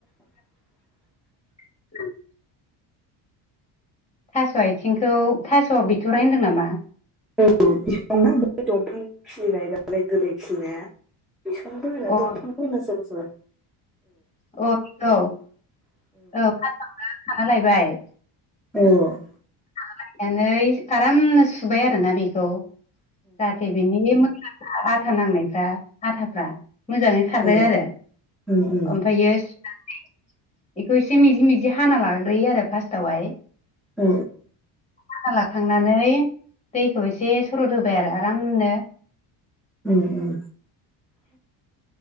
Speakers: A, on the left; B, in the centre.
A: <unintelligible> थास' आयथिंखौ थास' बिथ'राय होनदों नामा
B: औ <unintelligible> बे दंफां खिलिनाय दालाय गोरलै खिलिनाया बिसंबो होनो
A: अ
B: दंफांबो होनो सोरबा-सोरबा
A: अ बेखौ औ फारसआवनो खाना लायबाय
B: औ
A: खाना लायनानै आरामनो सुबाय आरोना बेखौ जाहाथे बिनि <unintelligible> आथा नांनायफ्रा आथाफ्रा मोजाङै खारबाय
B: औ
A: आरो
B: औ औ
A: ओमफायो सुनानै बेखौ एसे मिजि-मिजि हाना लाग्रोयो आरो फास्टावहाय
B: औ
A: हाना लाखांनानै दैखौ एसे सरद होबाय आरो आरामनो
B: उम उम